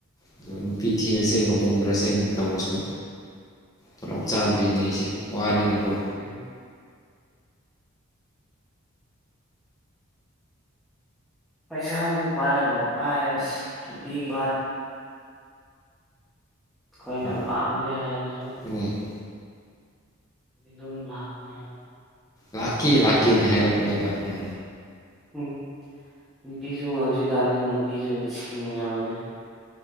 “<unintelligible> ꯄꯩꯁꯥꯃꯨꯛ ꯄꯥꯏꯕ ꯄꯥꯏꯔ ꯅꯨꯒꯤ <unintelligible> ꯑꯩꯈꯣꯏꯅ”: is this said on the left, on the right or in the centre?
Centre